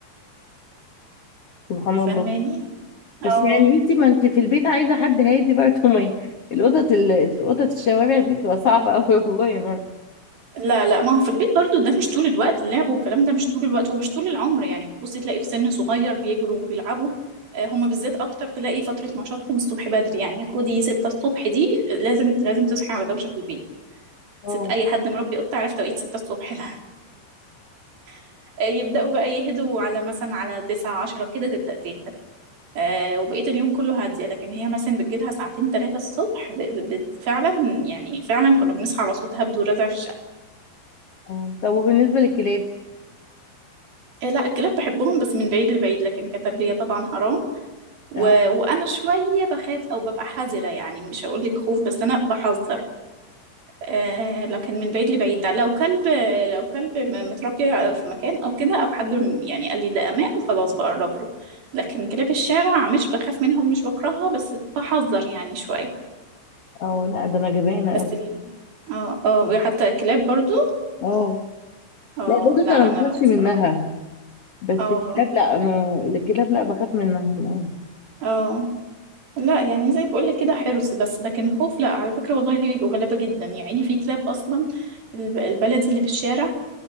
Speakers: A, on the left; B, on the right.
A: سبحان
B: فاهماني؟
A: الله بس
B: اه
A: يعني انت ما انت في البيت عايزه حد هادي برضه ما القطط ال- قطط الشوارع دي بتبقى صعبه قوي والله يا مرة
B: لا لا ما هو في البيت برضو ده مش طول الوقت اللعب والكلام ده مش طول الوقت ومش طول العمر يعني بتبصي تلاقي في سن صغير بيجروا وبيلعبوا آه، هما بالذات اكتر تلاقي فترة نشاطهم الصبح بدري يعني خدي 6 الصبح دي لازم لازم تصحي على دوشة في البيت
A: اه
B: ست اي حد مربي قطة عارف توقيت 6 الصبح ده <laughs> آه، يبدأوا بقى يهدوا على مثلا على 9 10 كده تبدأ تهدى آه، وبقية اليوم كله هادية لكن هي مثلا بتجيلها ساعتين ثلاثة الصبح ب- ب- بت- فعلا يعني فعلا كنا بنصحى على صوت هبد ورزع في الشقة
A: اه طب وبالنسبه للكلاب
B: آه، لا الكلاب بحبهم بس من بعيد لبعيد لكن كتربية طبعا حرام و...
A: اه
B: وأنا شوية بخاف أو ببقى حذرة يعني مش هقولك خوف بس أنا بحذر آه لكن من بعيد لبعيد ده لو كلب لو كلب م- متربي في مكان أو كده أو حد م- يعني قال لي ده أمان خلاص بقرب له لكن كلاب الشارع مش بخاف منهم مش بكرهها بس بحذر يعني شوية
A: اه لا ده انا جبانه
B: بس
A: قوي
B: ال... اه اه حتى الكلاب برضو
A: اه
B: اه
A: لا القطط
B: لا
A: انا ما
B: أنا
A: بخافش
B: بقى الصراحة
A: منها بس
B: اه
A: الكلاب لا انا الكلاب لا بخاف منها
B: اه لا يعني زي ما بقولك كده حرص بس لكن خوف لا على فكرة والله بيبقوا غلابة جدا يعني في كلاب أصلا الب- البلدي اللي في الشارع